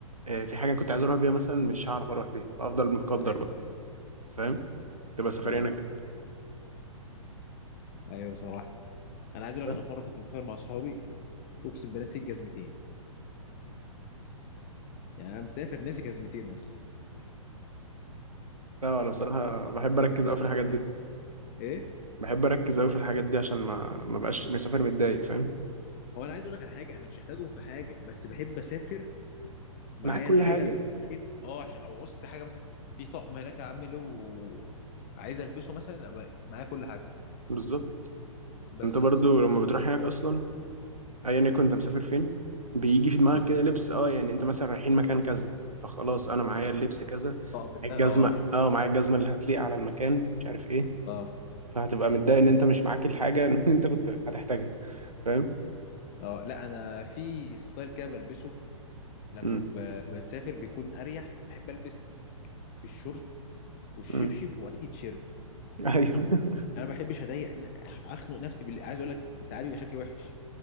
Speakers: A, on the right; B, on the left.
A: آه، في حاجه كنت عايز اروح بيها مثلا مش هعرف اروح بيها فافضل متقدر
B: ايوه
A: بقى فاهم تبقى سفريه
B: اه
A: انا كده
B: ايوه بصراحه انا عايز اقول
A: بس
B: لك انا في مره كنت مسافر مع اصحابي اقسم بالله نسيت جزمتين يعني انا مسافر ناسي جزمتين اصلا
A: لا انا بصراحه بحب اركز
B: فكنت زعلان
A: قوي في الحاجات
B: قوي
A: دي
B: ايه
A: بحب اركز قوي في الحاجات دي عشان ما ما بقاش مسافر متضايق فاهم
B: هو انا عايز اقول لك على حاجه انا مش محتاجهم في حاجه بس بحب اسافر معايا
A: معاك كل
B: الحاجه
A: حاجة
B: فاهم؟ اه عشان لو قصت حاجه مثلا في طقم هناك يا عم له عايز البسه مثلا أبقى معايا كل حاجتي
A: بالظبط
B: بس
A: انت برضو لما بتروح هناك اصلا ايا يكن انت مسافر فين بيجي في دماغك
B: اه
A: كده لبس اه يعني انت مثلا رايحين مكان كذا فخلاص انا معايا اللبس كذا
B: الطقم
A: معايا
B: ده
A: الجزمة
B: اه
A: اه معايا الجزمة اللي هتليق على المكان مش عارف ايه
B: اه
A: فهتبقى متضايق ان انت مش معاك الحاجة <laughs> اللي انت كنت هتحتاجها فاهم
B: اه لا انا في ستايل كده بلبسه لما
A: امم
B: ب- بسافر بيكون اريح بحب البس الشورت والشبشب
A: امم
B: واي تيشيرت
A: ايوه <laughs>
B: انا ما بحبش اضايق ن- اخنق نفسي بال... عايز اقول لك ساعات بيبقى شكلي وحش